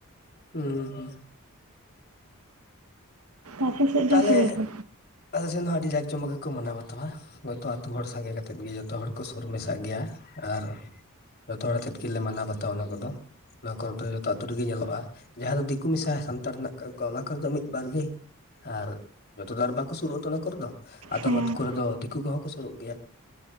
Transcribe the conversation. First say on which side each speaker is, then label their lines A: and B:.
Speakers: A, on the left; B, on the right.
A: ᱦᱩᱸ-ᱦᱩᱸ᱾
B: ᱟᱯᱮ ᱥᱮᱫ
A: ᱛᱟᱦᱚᱞᱮ
B: ᱫᱚ ᱪᱮᱫ ᱞᱮᱠᱟ?
A: ᱟᱞᱮ ᱥᱮᱱ ᱦᱚᱸ ᱟᱹᱰᱤ ᱡᱟᱠ ᱡᱚᱢᱚᱠ ᱜᱮᱠᱚ ᱢᱟᱱᱟᱣ ᱵᱟᱛᱣᱟ᱾ ᱡᱷᱚᱛᱚ ᱟᱹᱛᱩ ᱦᱚᱲ ᱥᱟᱸᱜᱮ ᱠᱟᱛᱮᱫ ᱜᱮ ᱡᱷᱚᱛᱚ ᱦᱚᱲ ᱠᱚ ᱥᱩᱨ ᱢᱮᱥᱟᱜ ᱜᱮᱭᱟ, ᱟᱨ ᱡᱷᱚᱛᱚᱦ ᱦᱚᱲᱛᱮᱫ ᱜᱮᱞᱮ ᱢᱟᱱᱟᱣ ᱵᱟᱛᱟᱣᱟ ᱚᱱᱟ ᱠᱚᱫᱚ᱾ ᱚᱱᱟ ᱠᱚᱨᱮ ᱫᱚ ᱡᱚᱛᱚ ᱟᱛᱳ ᱨᱮᱜᱮ ᱧᱮᱞᱚᱜᱼᱟ, ᱡᱟᱦᱟᱸ ᱫᱚ ᱫᱤᱠᱩ ᱢᱮᱥᱟ ᱥᱟᱱᱛᱟᱲ ᱦᱮᱱᱟᱜ ᱟᱠᱟᱫ ᱠᱚᱣᱟ ᱚᱱᱟ ᱠᱚᱨᱮ ᱫᱚ ᱢᱤᱫ ᱵᱟᱨ ᱜᱮ ᱟᱨ ᱡᱚᱛᱚ ᱫᱚ ᱟᱨ ᱵᱟᱠᱚ ᱥᱩᱨᱩᱜᱸ-ᱟᱛᱚ ᱚᱱᱟ ᱠᱚᱨᱮ ᱫᱚ ᱟᱫᱚᱢ
B: ᱦᱮᱸ
A: ᱟᱛᱳ ᱠᱚᱨᱮ ᱫᱚ ᱫᱤᱠᱩ ᱠᱚᱦᱚᱸ ᱠᱚ ᱥᱩᱨᱩᱜ ᱜᱮᱭᱟ᱾